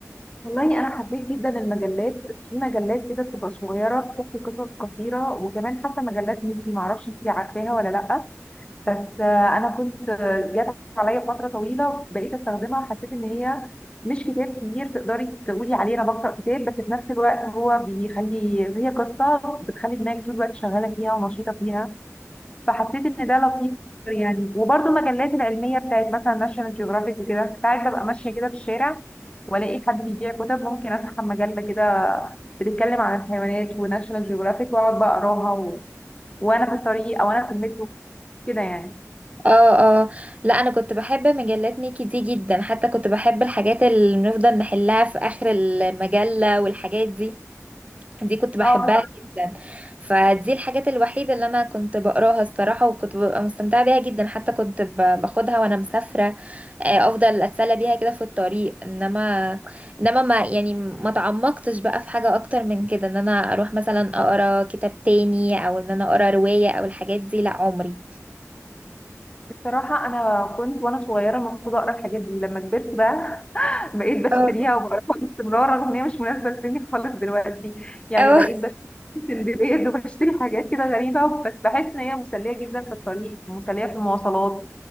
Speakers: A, on the left; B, on the right.
A: والله انا حبيت جدا المجلات في مجلات كده بتبقى صغيره بتحكي قصص قصيره وكمان حتى مجلات ميكي معرفش انتي عارفاها ولا لا بس آه، انا كنت آه، جات عليا فتره طويله بقيت استخدمها حسيت ان هي مش كتاب كبير تقدري تقولي عليه انا بقرا كتاب بس في نفس الوقت هو بيخلي هي قصه بتخلي دماغك طول الوقت شغاله فيها ونشيطه فيها فحسيت ان ده لطيف يعني وبرده المجلات العلميه بتاعت مثلا ناشونال جيوغرافيك وكده ساعات ببقى ماشيه كده في الشارع والاقي حد بيبيع كتب ممكن اسحب مجله كده بتتكلم عن الحيوانات وناشونال جيوغرافيك واقعد بقى اقراها و... وانا في الطريق او انا في المترو كده يعني
B: اه اه لا انا كنت بحب مجلات ميكي دي جدا حتى كنت بحب الحاجات اللي بنفضل نحلها في اخر المجلة والحاجات دي دي كنت بحبها
A: اه بس
B: جدا فدي الحاجات الوحيدة اللي انا كنت بقراها الصراحة وكنت ببقى مستمتعة بيها جدا حتى كنت ب- باخدها وانا مسافرة آه، افضل اتسلى بيها كده في الطريق انما انما ما يعني ما تعمقتش بقى في حاجة اكتر من كده ان انا اروح مثلا اقرا كتاب تاني او ان انا اقرا رواية او الحاجات دي لا عمري
A: بصراحه انا كنت وانا صغيره المفروض اقرا الحاجات دي لما كبرت بقى بقيت باشتريها
B: اه
A: وبعرفها باستمرار رغم ان هي مش مناسبه لسني خالص دلوقتي يعني
B: اه
A: بقيت بشتري سندباد وبشتري حاجات كده غريبه بس بحس ان هي مسليه جدا في الطريق مسليه في المواصلات